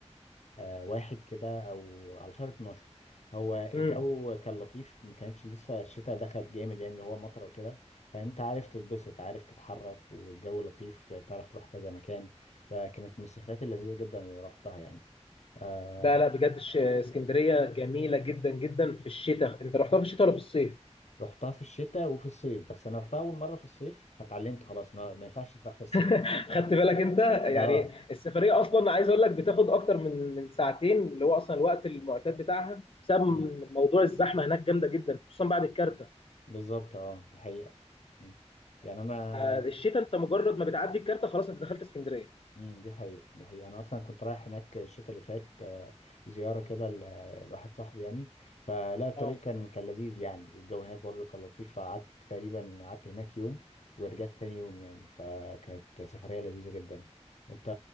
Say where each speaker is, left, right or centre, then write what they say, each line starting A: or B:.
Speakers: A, on the left (about 75°); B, on the left (about 55°).
A: آه، واحد كده او على شهر 12 هو الجو
B: امم
A: كان لطيف ما كانتش لسه الشتاء دخل جامد يعني اللي هو مطر وكده فانت عارف تتبسط عارف تتحرك والجو لطيف تعرف تروح كذا مكان فكانت من السفرات اللذيذة جدا اللي رحتها يعني آه
B: ده لا بجد الش- اسكندريه جميله جدا جدا في الشتاء انت رحتها في الشتاء ولا في الصيف
A: رحتها في الشتاء وفي الصيف بس انا رحتها اول مرة في الصيف فتعلمت خلاص إن هو ما ينفعش تروح في الصيف
B: <laughs> خدت بالك انت يعني
A: اه
B: السفريه اصلا عايز اقول لك بتاخد اكتر من من ساعتين اللي هو اصلا الوقت المعتاد بتاعها بسبب
A: مم.
B: موضوع الزحمه هناك جامده جدا خصوصا بعد الكارته
A: بالظبط اه دي حقيقة مم. يعني انا
B: فالشتاء انت مجرد ما بتعدي الكارته خلاص انت دخلت اسكندريه
A: امم دي حقيقة دي حقيقة أنا أصلا كنت رايح هناك الشتاء اللي فات آه، زيارة كده ل- لواحد صاحبي يعني فلا الطريق
B: اه
A: كان كان لذيذ يعني الجو هناك برضه كان لطيف فقعدت تقريبا قعدت هناك يوم ورجعت تاني يوم يعني فكانت سفرية لذيذة جدا أنت